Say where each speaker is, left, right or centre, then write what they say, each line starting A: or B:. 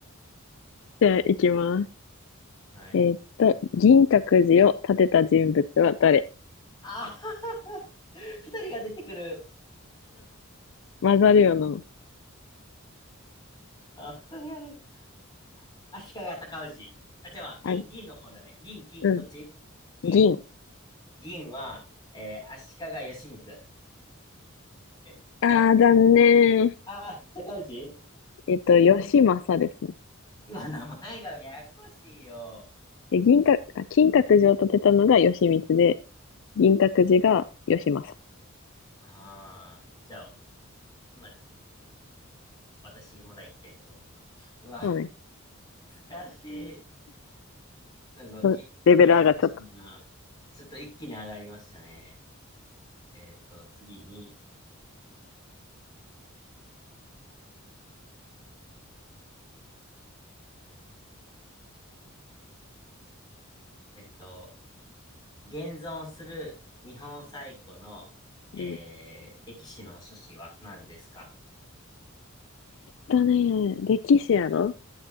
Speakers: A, on the left (about 65°); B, on the left (about 20°).
A: じゃあ、いきます。
B: はい。
A: えーっと、銀閣寺を建てた人物は誰
B: ああ <laughs> 二人が出てくる。
A: 混ざるよな。
B: あ、二人がね。足利尊氏。あ、じゃあ、銀、
A: あ、
B: 銀の方だね。銀、金、
A: うん。
B: どっち銀、
A: 銀。
B: 銀は、えー、足利義満。え、
A: ああ、
B: 違う。
A: 残念。
B: あー、高氏
A: えっと、義政ですね。
B: 今、名前がややこしいよ。
A: で、銀閣、あ金閣寺を建てたのが義満で、銀閣寺が義政。
B: ああ、じゃあ、今、私、まだ1点ってことか。うわ、
A: そうね。
B: 難しい。なんか、
A: うんレベル上がっちゃった。
B: ぎ、ややこしいな。ちょっと一気に上がりましたね。えっと、次に、えっと、現存する日本最古の、えー、
A: うん。
B: 歴史の書士は何ですか
A: だね、歴史やろっ